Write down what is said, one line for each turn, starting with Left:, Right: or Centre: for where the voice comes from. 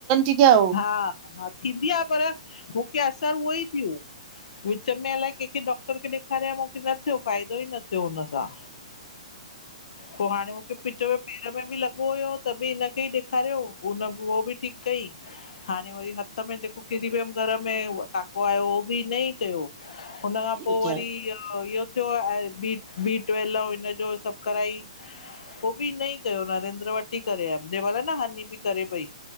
Right: थी ॾिया
Left: हा हा थींदी आहे पर मुखे असर उहो ई थियो। विच में अलाए केखे डॉक्टर खे ॾेखारिया मुखे न थियो फ़ाइदो ई न थियो, हुन सां।
Right: <inaudible>
Left: पो हाणे मूंखे पिच में पेर में बिल। सुबो हुयो त बि हिनखे ई ॾेखारियो उह बि ठीकु कई। हाणे वरी हथ में जेको किरी वियुमि घर में टाको आयो उहो बि हिनई कयो। हुन खां पोइ
Right: ॿुधाए
Left: वरी इहो। बी -बी ट्वेल्व ऐं हिनजो सभु कराई! पोइ बि इ ई कयो नरेंद्र वटि ई करे आ जेमल न हानी बि करे पई।